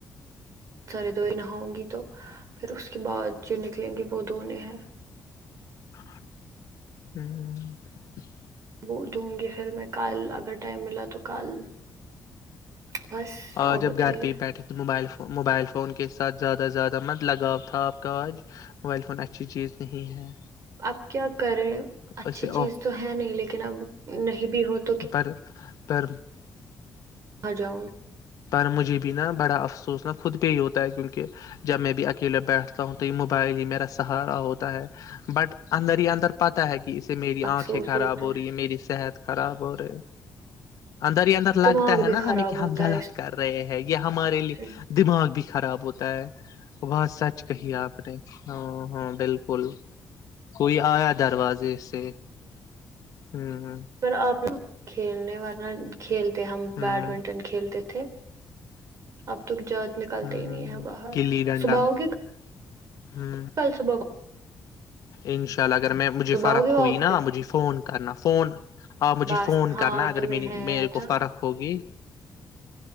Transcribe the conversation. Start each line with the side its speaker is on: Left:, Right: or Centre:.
Right: <inaudible>
Left: ہوں
Right: وہ دوں گی پھر میں کل اگر ٹائم ملا تو کل بس
Left: آج
Right: آپ بتائیے
Left: اب گھر پہ پہ بیٹھے تو موبائل فون موبائل فون کے ساتھ زیادہ زیادہ مت لگاؤ تھا آپ کا آج موبائل فون اچھی چیز نہیں ہے
Right: اپ کیا کریں اچھی
Left: اس سے
Right: چیز تو ہے نہیں لیکن اب نہیں بھی ہوتا
Left: پر پر
Right: کہاں جاؤں
Left: پر مجھے بھی نا بڑا افسوس نہ خود پہ ہی ہوتا ہے کیونکہ جب میں بھی اکیلے بیٹھتا ہوں تو یہ موبائل ہی میرا سہارا ہوتا ہے بٹ اندر ہی اندر پتہ ہے کہ اس سے میری
Right: افسوس
Left: آنکھیں خراب
Right: ہوتا
Left: ہو رہی ہیں میری صحت خراب ہو رہے اندر ہی
Right: ہے
Left: اندر لگ
Right: دماغ
Left: ہے
Right: بھی
Left: نا
Right: خراب
Left: ہمیں کہ ہم
Right: ہوتا
Left: غلط
Right: ہے اس
Left: کر رہے ہیں یا ہمارے لیے
Right: سے
Left: دماغ بھی خراب ہوتا ہے بات سچ کہیے آپ ہاں ہاں بالکل کوئی آیا دروازے سے ہوں
Right: پر اپ لا کھیلنے والنہ کھیل <unintelligible> ہم
Left: ہوں
Right: بیڈمنٹن کھیلتے تھے تھے اب تک جا نکلتے
Left: ہوں
Right: ہی نہیں ہیں باہر
Left: گلی ڈنڈا
Right: صبح آوگے
Left: ہوں
Right: کل صبح
Left: انشاء چل اگر میں مجھے
Right: صبح
Left: فرق
Right: ہوگی
Left: ہوئی
Right: واک
Left: نا
Right: پہ
Left: مجھے فون کرنا فون ہاں مجھے
Right: بس
Left: فون
Right: ہاں
Left: کرنا اگر
Right: تمہیں ہے
Left: میرے کو
Right: تو
Left: فرق ہوگی